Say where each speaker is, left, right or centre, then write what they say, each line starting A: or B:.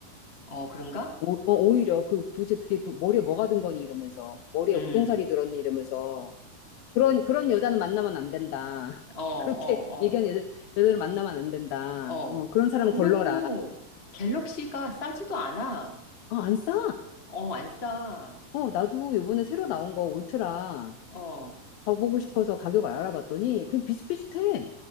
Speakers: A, on the left (about 25°); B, on the left (about 80°).
A: 어, 그런가?
B: 오, 어, 오히려 그 도대체 그게 또 머리에 뭐가 든 거니 이러면서 머리에
A: 음,
B: 우동살이 들었니 이러면서 그런 그런 여자는 만나면 안 된다. <laughs>
A: 어, 어,
B: 그렇게 얘기하는 여자 여자를 만나면 안 된다.
A: 어, 어.
B: 어, 그런 사람은
A: 그리고
B: 걸러라.
A: 갤럭시가 싸지도 않아.
B: 아, 안 싸.
A: 어, 안 싸.
B: 어, 나도 요번에 새로 나온 거 울트라
A: 어,
B: 가보고 싶어서 가격을 알아봤더니 그냥 비슷비슷해.